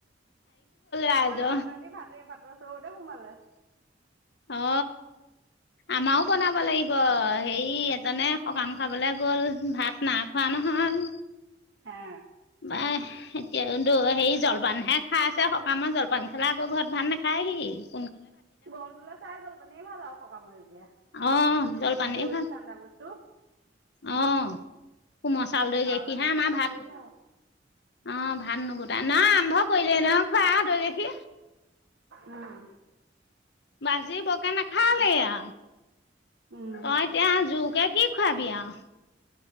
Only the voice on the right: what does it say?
আমাৰ ৰান্ধনী ভাতে ভাতৰ চৰতে সোমালে।
হা
গৰমটোলৈ চাই জলপানেই ভাল আৰু সকামত এতিয়া।
দৈটো
ঠাণ্ডা বস্তু
খালি
বেমাৰৰ
কাৰণে
অকমান
হেৰি আৰু
উম।
উম